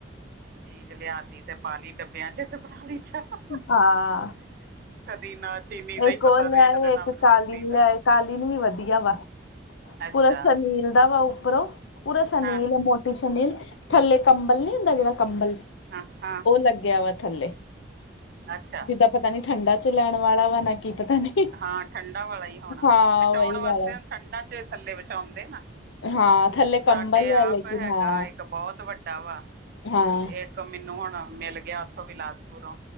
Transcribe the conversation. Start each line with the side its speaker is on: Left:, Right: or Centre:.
Right: ਚੀਜ ਲੇਆਤੀ ਤੇ ਪਾਲੀ ਡੱਬੇਆਂ ਚ ਤੇ ਬਾਲੀ ਚ
Left: ਹਾਂ
Right: <inaudible> ਕਦੀ ਨਾ ਚੀਨੀ ਦਾ
Left: ਇੱਕ
Right: ਈ
Left: ਉਹ
Right: ਪਤਾ
Left: ਲਿਆਏ
Right: ਰੇਟ, ਤੇ ਨਾ
Left: ਇੱਕ
Right: ਮੈਨੂੰ
Left: ਕਾਲੀਨ
Right: ਪੱਤੀ ਦਾ
Left: ਲਿਆਏ ਕਾਲੀਨ ਵੀ ਵਧੀਆ ਵਾ,
Right: ਅੱਛਾ
Left: ਪੂਰਾ ਸ਼ਨੀਲ ਦਾ ਵਾ ਉਪਰੋਂ, ਪੂਰਾ ਸ਼ਨੀਲ
Right: ਹਾਂ
Left: ਮੋਟਾੱ ਟੀ ਸ਼ਨੀਲ, ਥੱਲੇ ਕੰਬਲ ਨੀ ਹੁੰਦਾ ਜੇੜਾ ਕੰਬਲ
Right: ਹਾਂ, ਹਾਂ।
Left: ਲੱਗੇਆ ਵਾ ਥੱਲੇ।
Right: ਅੱਛਾ।
Left: ਜਿੱਦਾਂ ਪਤਾ ਨੀ ਠੰਡਾ ਚ ਲੈਣ ਵਾਲਾ ਵਾ, ਨਾ ਕੀ ਪਤਾ ਨੀ।
Right: ਹਾਂ ਠੰਢਾ ਵਾਲਾ ਹੀ ਹੋਣਾ
Left: ਹਾਂ
Right: ਵਾ, ਵਿਛੌਣ
Left: ਉਹੀ ਵਾਲਾ
Right: ਵਾਸਤੇ ਠੰਡਾ ਚ ਥੱਲੇ ਵਿਛਾਉਂਦੇ ਨਾ।
Left: ਹਾਂ ਥੱਲੇ
Right: ਸਾਡੇ
Left: ਕੰਬਲ
Right: ਆਪ
Left: ਆ ਲੇਕਿਨ
Right: ਹੈਗਾ
Left: ਹਾਂ
Right: ਇੱਕ ਬੋਤ ਵੱਡਾ ਵਾ,
Left: ਹਾਂ
Right: ਤੇ ਕ ਮਿਨੂੰ ਹੋਣ ਮਿਲ ਗੇਆ ਉਥੋਂ ਵੀ ਲਾਸਟ ਬੂਰੋਂ,